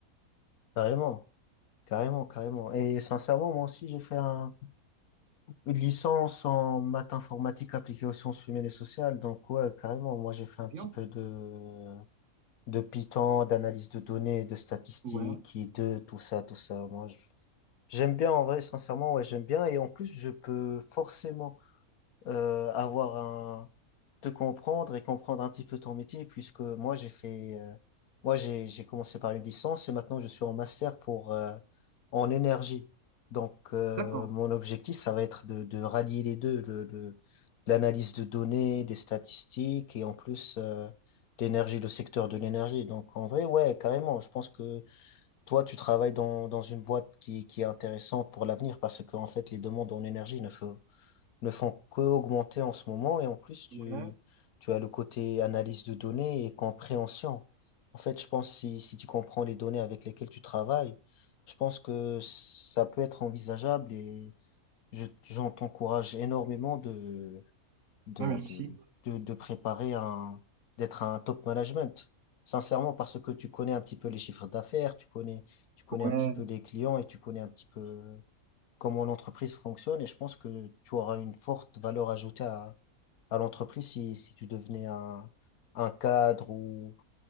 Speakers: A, on the left; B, on the right.
A: Carrément, carrément, carrément. Et sincèrement, moi aussi, j'ai fait un- une licence en maths informatique appliquée aux sciences humaines et sociales. Donc, ouais, carrément, moi, j'ai fait un
B: Bien,
A: petit peu de, de Python, d'analyse de données, de statistiques,
B: ouais,
A: et de tout ça, tout ça. Moi, je- j'aime bien en vrai, sincèrement, ouais, j'aime bien. Et en plus, je peux forcément euh, avoir un, te comprendre et comprendre un petit peu ton métier, puisque moi j'ai fait, euh, moi j'ai j'ai commencé par une licence et maintenant je suis en master pour euh, en énergie. Donc euh,
B: d'accord,
A: mon objectif, ça va être de, de rallier les deux, le, le- l'analyse de données, des statistiques et en plus euh, l'énergie, le secteur de l'énergie. Donc en vrai, ouais, carrément. Je pense que toi, tu travailles dans, dans une boîte qui, qui est intéressante pour l'avenir parce que en fait, les demandes en énergie ne, fe- ne font qu'augmenter en ce moment. Et en plus, tu,
B: ouais,
A: tu as le côté analyse de données et compréhension. En fait, je pense si, si tu comprends les données avec lesquelles tu travailles, je pense que ça peut être envisageable et je, j'en t'encourage énormément de, de,
B: bah, merci.
A: de, de, de préparer un, d'être un top management. Sincèrement, parce que tu connais un petit peu les chiffres d'affaires, tu connais, tu connais
B: Ouais,
A: un petit peu les clients et tu connais un petit peu comment l'entreprise fonctionne et je pense que tu auras une forte valeur ajoutée à, à l'entreprise si, si tu devenais un, un cadre ou